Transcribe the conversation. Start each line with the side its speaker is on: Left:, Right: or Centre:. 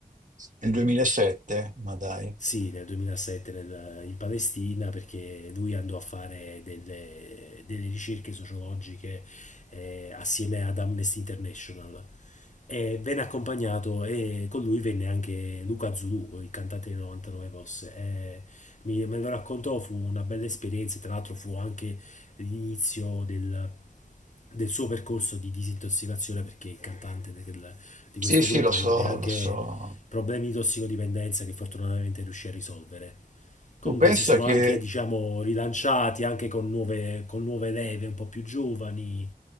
Right: Nel 2007? Ma dai.
Left: Sì, nel 2007 nel- eh, in Palestina perché lui andò a fare delle, delle ricerche sociologiche eh, assieme ad Amnesty International e venne accompagnato e con lui venne anche Luca Zulu, il cantante dei 99 Posse. E mi- me lo raccontò, fu una bella esperienza, tra l'altro fu anche l'inizio del, del suo percorso di disintossicazione perché il cantante del- di
Right: Sì,
Left: questo
Right: sì,
Left: gruppo
Right: lo so,
Left: ebbe anche
Right: lo so.
Left: problemi di tossicodipendenza che fortunatamente riuscì a risolvere. Comunque
Right: Tu pensa
Left: si sono
Right: che
Left: anche, diciamo, rilanciati anche con nuove, con nuove leve un po' più giovani.